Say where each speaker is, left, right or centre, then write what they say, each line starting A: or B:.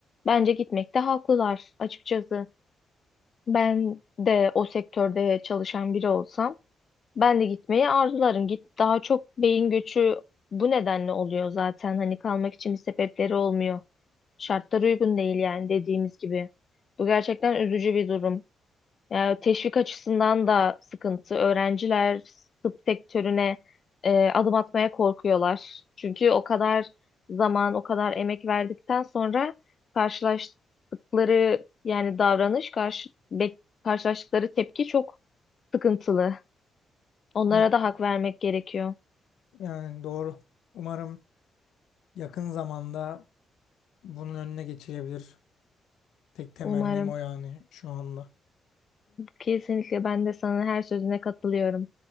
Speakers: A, on the left; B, on the left.
A: bence gitmekte haklılar açıkçası. ben de o sektörde çalışan biri olsam ben de gitmeyi arzularım. Git daha çok beyin göçü bu nedenle oluyor zaten. Hani kalmak için bir sebepleri olmuyor. Şartlar uygun değil yani dediğimiz gibi. Bu gerçekten üzücü bir durum. Yani teşvik açısından da sıkıntı. Öğrenciler tıp sektörüne e, adım atmaya korkuyorlar. Çünkü o kadar zaman, o kadar emek verdikten sonra karşılaştıkları yani davranış, karşı, bek- karşılaştıkları tepki çok sıkıntılı. Onlara
B: Evet,
A: da hak vermek gerekiyor.
B: yani doğru. Umarım yakın zamanda bunun önüne geçilebilir. Tek temennim
A: Umarım.
B: o yani şu anda.
A: Kesinlikle ben de sana her sözüne katılıyorum.